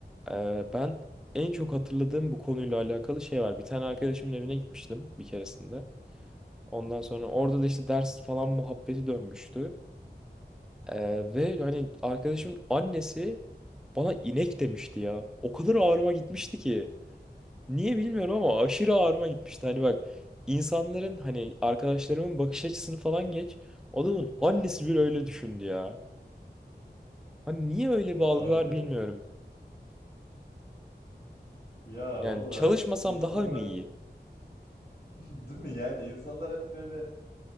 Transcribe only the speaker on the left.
Abi
ya
valla
insanlar
<laughs> değil mi yani insanlar hep böyle